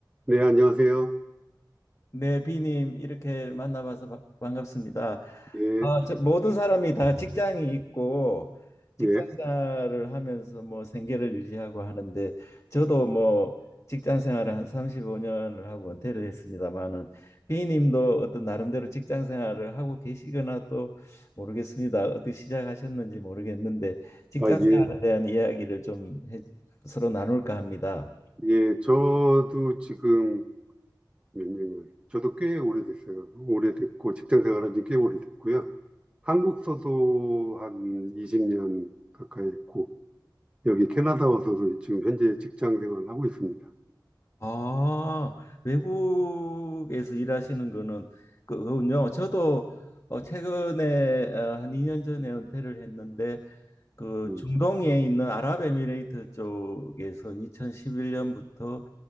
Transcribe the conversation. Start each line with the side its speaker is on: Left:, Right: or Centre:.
Right: 네, 안녕하세요.
Left: 네, 비님 이렇게 만나봐서 바- 반갑습니다.
Right: 예,
Left: 아, 저 모든 사람이 다 직장이 있고 직장생활을
Right: 예.
Left: 하면서 뭐 생계를 유지하고 하는데 저도 뭐 직장생활을 한 35년을 하고 은퇴를 했습니다마는 비님도 어떤 나름대로 직장생활을 하고 계시거나 또 모르겠습니다. 어떻게 시작하셨는지 모르겠는데 직장생활에
Right: 아, 예,
Left: 대한 이야기를 좀 해- 서로 나눌까 합니다.
Right: 예. 저도 지금 몇 년이요? 저도 꽤 오래됐어요. 오래됐고, 직장 생활한 지 꽤 오래됐고요. 한국 서도 한 20년 가까이 했고, 여기 캐나다 와서도 지금 현재 직장 생활을 하고 있습니다.
Left: 아, 외국에서 일하시는 거는 그- 그군요. 저도 어, 최근에 어, 한 2년 전에 은퇴를 했는데 그
Right: 음,
Left: 중동에 있는 아랍에미레이트 쪽에서 2011년부터